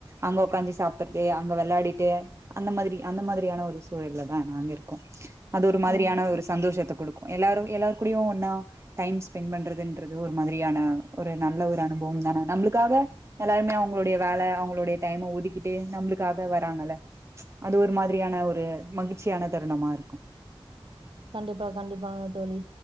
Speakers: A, on the right; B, on the right.
A: அங்க உக்காந்து சாப்ட்டுட்டு அங்க வெளையாடிட்டு அந்த மாதிரி அந்த மாதிரியான ஒரு சூழல்லதான நாங்க இருக்கோ அது ஒரு மாதிரியான
B: ம்.
A: ஒரு சந்தோஷத்துக்கு குடுக்கு எல்லாரு எல்லாருகூடயு ஒண்ணா டைம்ஸ் ஸ்பெண்ட் பண்றதுன்றது ஒரு மாதிரியான ஒரு நல்ல ஒரு அனுபவம்தான நம்மளுக்காக எல்லாருமே அவங்களுடைய வேல அவங்களுடைய டைம ஒதுக்கிட்டு நம்மளுக்காக வராங்கல்ல அது ஒரு மாதிரியான ஒரு மகிழ்ச்சியான தருணமா இருக்கு
B: கண்டிப்பா கண்டிப்பா தோழி